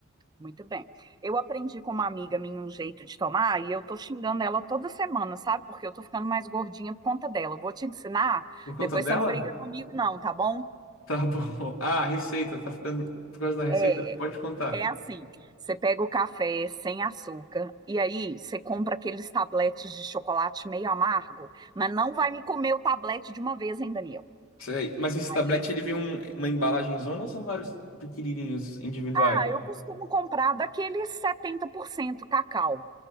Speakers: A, on the right (about 20°); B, on the left (about 85°).
A: Muito bem. Eu aprendi com uma amiga minha um jeito de tomar e eu tô xingando ela toda semana, sabe? Porque eu tô ficando mais gordinha por conta dela. Eu vou te ensinar,
B: Por conta
A: depois
B: dela?
A: você não briga comigo, não, tá bom?
B: Tá bom. <laughs> Ah, a receita, tá ficando. Por causa da receita?
A: É,
B: Pode contar.
A: é assim: você pega o café sem açúcar e aí você compra aqueles tabletes de chocolate meio amargo, mas não vai me comer o tablete de uma vez, hein, Daniel?
B: Isso aí. Mas esse
A: Aí
B: tablete, ele vem um- uma embalagem zona ou são vários pequenininhos individuais?
A: Ah, eu costumo comprar daqueles 70% cacau.